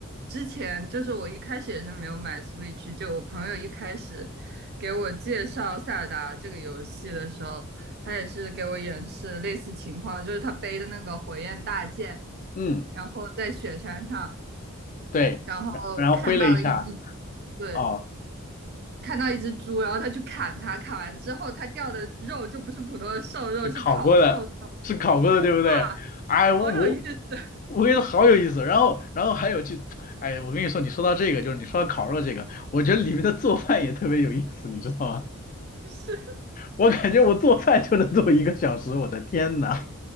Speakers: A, on the right; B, on the left.
A: 之前就是我一开始也是没有买 Switch，就我朋友一开始给我介绍塞尔达这个游戏的时候，他也是给我演示类似情况，就是他背的那个火焰大剑，
B: 嗯，
A: 然后在雪山上，
B: 对，
A: 然后看到一只，
B: 然然后挥了一下，
A: 对，
B: 哦。
A: 看到一只猪，然后他去砍它，砍完之后它掉的肉就不是普通的瘦肉，
B: 是考过的，
A: 是烤瘦肉，
B: 是考过的，
A: 就哇。
B: 对不对？哎，我我
A: 好有意思啊，
B: 我跟你说好有意思，然后然后还有去，哎，我跟你说，你说到这个，就是你说到烤肉这个，我觉得里面的做饭也特别有意思，你知道吗？
A: 就是
B: 我感觉我做饭就能做一个小时，我的天呐！